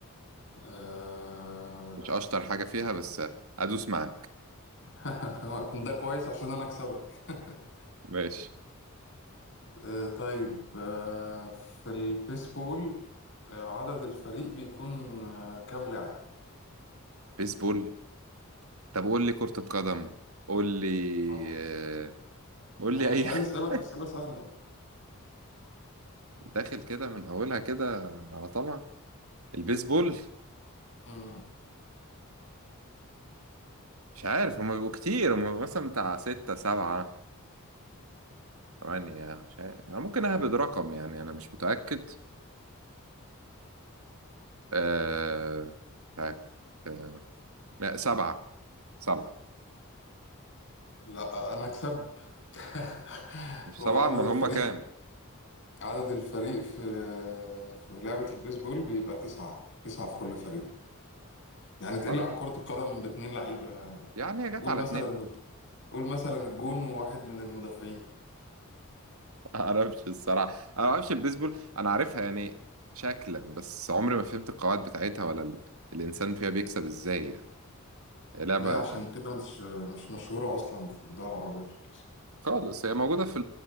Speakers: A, on the left (about 55°); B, on the right (about 80°).
A: آه...
B: مش أشطر حاجة فيها بس آه، أدوس معاك
A: <laughs> ده كويس عشان انا اكسبك <laughs>
B: ماشي
A: آه طيب آه في البيسبول آه عدد الفريق بيكون آه كام لاعب
B: بيسبول طب قول لي كرة القدم قول لي
A: آه،
B: آه، قول
A: ما
B: لي
A: انا مش
B: اي
A: عايز
B: <laughs> حاجة.
A: اسالك اسئله سهله
B: داخل كده من اولها كده على طمع البيسبول
A: <laughs> مم.
B: مش عارف هما بيبقوا كتير هما بيبقوا مثلا بتاع ستة سبعة ثمانية مش عارف أنا ممكن أهبد رقم يعني أنا مش متأكد أه... مش عارف. أه... لا سبعة سبعة
A: لا انا اكسب <laughs>
B: مش
A: هو
B: سبعة
A: عدد
B: أمال
A: الفريق
B: هما كام؟
A: عدد الفريق في في لعبة البيسبول بيبقى تسعة تسعة في كل فريق يعني تقل
B: طب
A: عن كرة القدم باتنين لعيبة
B: يعني هي جت
A: قول
B: على
A: مثلا
B: اتنين
A: قول مثلا الجون وواحد من المدافعين
B: <laughs> اعرفش الصراحه انا ما اعرفش البيسبول انا عارفها يعني شكلا بس عمري ما فهمت القواعد بتاعتها ولا ال... الانسان فيها بيكسب ازاي يعني هي لعبه
A: هي عشان كده مش مش مشهورة أصلا في الدول العربية خالص
B: خالص هي موجوده في